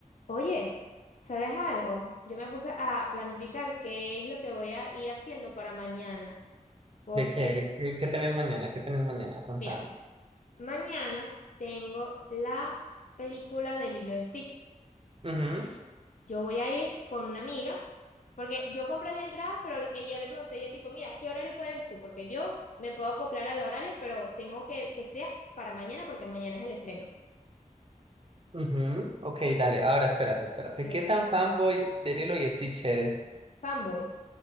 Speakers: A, on the left; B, on the right.
A: Oye, ¿sabes algo? Yo me puse a planificar qué es lo que voy a ir haciendo para mañana, porque,
B: ¿De qué, qué, qué tenés mañana? ¿Qué tenés mañana? Contame.
A: mira, mañana tengo la película de Lilo y Stitch.
B: Ujú,
A: Yo voy a ir con una amiga, porque yo compré la entrada, pero ella le pregunté, ella tipo, mira, ¿qué horario puedes tú? Porque yo me puedo acoplar al horario, pero tengo que que sea para mañana, porque mañana es el estreno.
B: ujú. Ok, dale. Ahora espérate, espérate.
A: Dime,
B: ¿Qué tan fanboy de Lilo y Stitch eres?
A: fanboy.